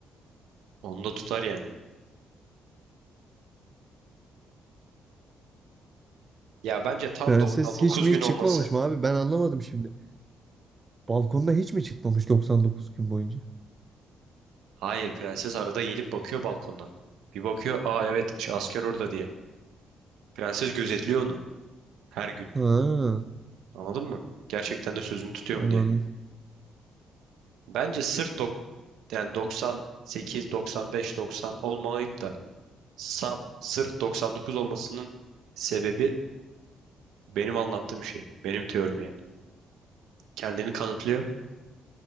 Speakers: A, on the right (about 80°); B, on the right (about 30°).
A: onu da tutar yani. Ya bence tam
B: Prenses
A: 99
B: hiç mi
A: gün
B: hiç
A: olması
B: çıkmamış mı abi? Ben anlamadım şimdi. Balkonda hiç mi çıkmamış 99 gün boyunca?
A: Hayır prenses arada gelip bakıyor balkondan. Bir bakıyor aa evet şu asker orada diye. Prenses gözetliyor onu her gün.
B: Ha,
A: Anladın mı? Gerçekten de sözünü tutuyor
B: anladım.
A: mu diye. Bence sırf dok yani 98, 95, 90 olmayıp da saf sırf 99 olmasının sebebi benim anlattığım şey. Benim teorim yani. Kendini kanıtlıyor.